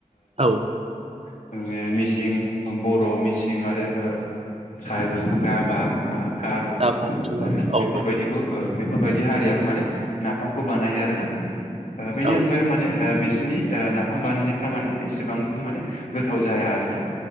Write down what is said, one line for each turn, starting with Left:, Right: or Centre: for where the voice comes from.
Right: औ
Left: <inaudible> जोङो मिसिं बर' मिसिं आरो अ त्राइबेल राभा आ गार' आरो
Right: दाबा जुवा औ
Left: बेफोरबायदिखौ अ बेफोरबायदि हारियाबो माने नाफामखौ बानायो आरो ना बेनि
Right: औ
Left: अनगायैबो माने बि बिसिनि अ नाफाम बानायनायफ्रा माने एसेबां माने गोथाव जाया आरोना